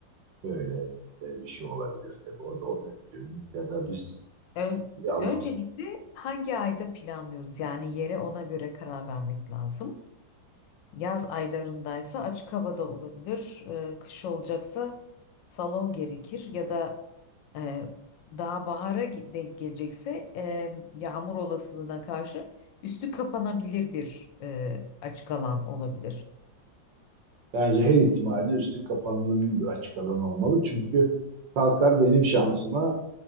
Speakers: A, on the right; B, on the left.
A: Böyle e, bir şey olabilir tabii. O da o mümkün. Ya da biz
B: Ön-
A: bir alan
B: öncelikle hangi ayda planlıyoruz? Yani yere ona göre karar vermek lazım. Yaz aylarındaysa açık havada olabilir. Ee, kış olacaksa salon gerekir ya da e, daha bahara ge- denk gelecekse e, yağmur olasılığına karşı üstü kapanabilir bir e, açık alan olabilir.
A: bence her ihtimalle üstü kapanılı bir açık alan olmalı. Çünkü kalkar benim şansıma